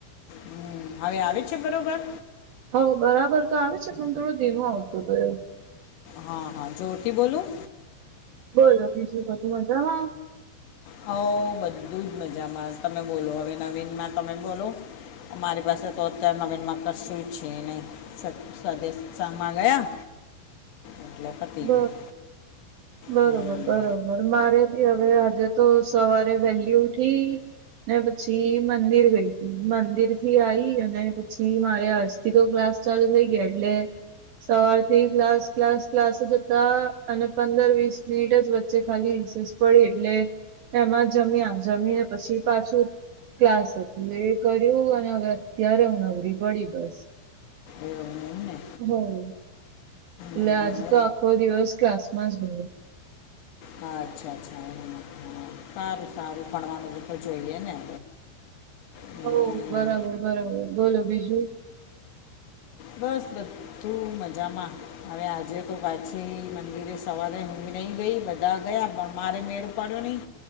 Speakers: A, on the left; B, on the right.
A: હમ્મ હવે આવે છે બરોબર.
B: હઓ બરાબર તો આવે છે પણ થોડો ધીમો આવતો હતો એવુ
A: હા હા જોરથી બોલું
B: બોલો બીજું બધું મજામાં
A: હઓ બધું જ મજામાં તમે બોલો હવે નવીનમાં તમે બોલો. અમારી પાસે તો અત્યારે નવીનમાં કશું છે નહીં. સ સ્વદેશ સાં ગમાં ગયા. એટલે પતી
B: બ
A: ગયું
B: બરોબર.
A: હમ
B: બરોબર મારે ભી હવે આજે તો સવારે વહેલી ઉઠી ને પછી મંદિર ગઈ તી મંદિર થી આઈ અને પછી મારે આજ કીધું ક્લાસ ચાલુ થઈ ગયા એટલે સવારથી ક્લાસ ક્લાસ ક્લાસ તો જતા અને પંદર વીસ મિનિટ જ વચ્ચે ખાલી રીસેસ પડી એટલે એમાં જમીયા જમીને પછી પાછું ક્લાસ હતું એ કર્યું અને હવે અત્યારે હું નવરી પડી બસ.
A: એવું એમ ને
B: હમ્મ. એટલે
A: હમ
B: આજ તો આખો દિવસ ક્લાસ માં જ ગયો.
A: હા અચ્છા અચ્છા એ સારું સારું ભણવાનું બી જોઈએ ને. હમ
B: હઓ બરાબર બરાબર બોલો બીજું
A: બસ બધું મજામાં હવે આજે તો પાછી મંદિરે સવારે હું એ નહી ગઈ બધા ગયા પણ મારે મેળ પડયો નહી